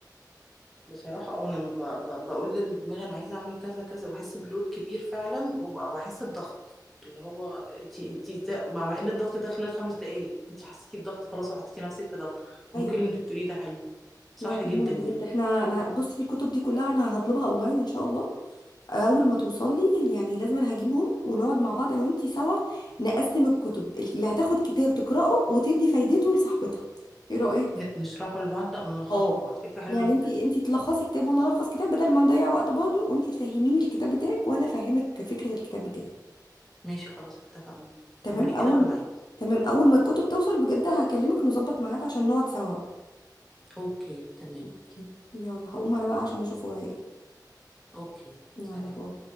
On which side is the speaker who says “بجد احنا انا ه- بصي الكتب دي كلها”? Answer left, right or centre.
Left